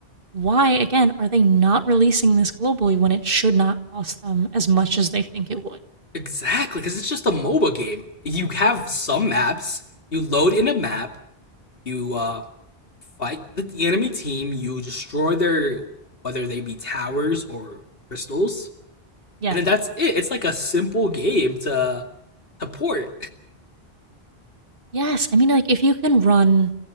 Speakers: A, on the right; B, on the left.
A: why again are they not releasing this globally when it should not cost them as much as they think it would?
B: exactly because it's just a MOBA game. You have some maps. You load in a map. You uh, fight with the enemy team, you destroy their whether they be towers or crystals,
A: Yes.
B: and then that's it. It's like a simple game to to port.
A: Yes, I mean like if you can run